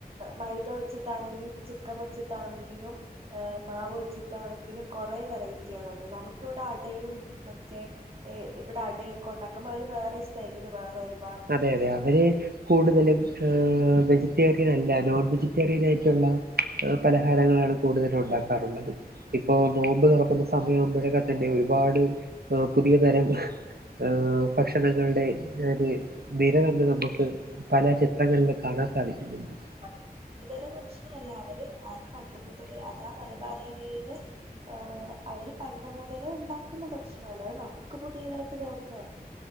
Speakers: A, on the right; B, on the right.
A: മൈദ വെച്ചിട്ടാണെങ്കിലും ചിക്കൻ വെച്ചിട്ടാണെങ്കിലും മാവ് വെച്ചിട്ടാണെങ്കിലും കുറെ വെറൈറ്റി ആണുള്ളത് നമുക്ക് ഇവിടെ അടയും മറ്റേ ഇവിടെ അടയൊക്കെ ഉണ്ടാക്കുമ്പോ അവര് വേറെ സ്റ്റൈലില് വേറരു
B: അതെ അതെ അവര് കൂടുതലും ഏഹ് വെജിറ്റേറിയൻ അല്ല നോൺ വെജിറ്റേറിയൻ ആയിട്ടുള്ള പലഹാരങ്ങളാണ് കൂടുതൽ ഉണ്ടാക്കാറുള്ളത് ഇപ്പൊ നോമ്പ് തുറക്കുന്ന സമയാവുമ്പോഴൊക്കെ തന്നെ ഒരുപാട് പുതിയ തരം ഏഹ് ഭക്ഷണങ്ങളുടെ ഒര് നിര തന്നെ നമുക്ക് പല ചിത്രങ്ങളിലും കാണാൻ സാധിക്കുന്നുണ്ട്
A: അത് പുതിയതരം ഭക്ഷണല്ല അവര് അത് പണ്ട് മുതലേ അത് ആ മലബാർ ഏരിയയില് ഹാ അവര് പണ്ട് മുതലേ ഉണ്ടാക്കുന്ന ഭക്ഷണല്ലെ അത് നമുക്ക് പുതിയതായിട്ട് തോന്നുന്നതാണ്